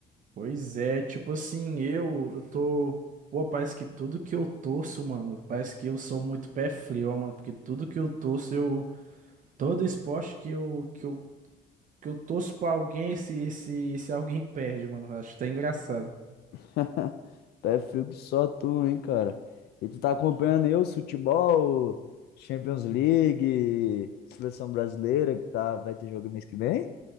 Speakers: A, on the right; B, on the left.
A: Pois é, tipo assim, eu, eu tô. Pô, parece que tudo que eu torço, mano, parece que eu sou muito pé frio, ó, mano, porque tudo que eu torço, eu. Todo esporte que eu, que eu, que eu torço pra alguém, esse, esse, esse alguém <laughs> perde, mano. Eu Acho até engraçado.
B: <laughs> Pé frio que só tu, hein, cara. E tu tá acompanhando aí o futebol, Champions League, Seleção Brasileira, que tá, vai ter jogo mês que vem?